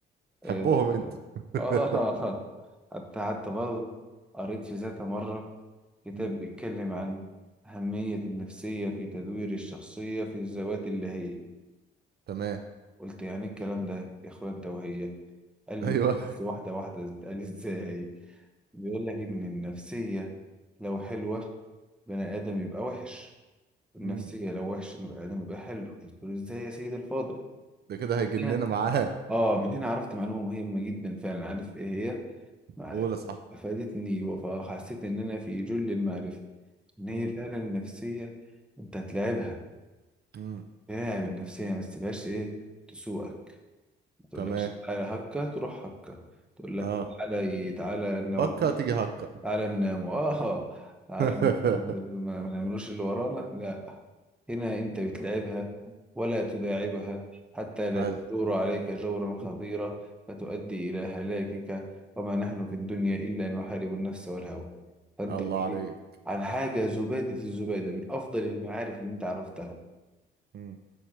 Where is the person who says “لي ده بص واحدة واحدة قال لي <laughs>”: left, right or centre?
Centre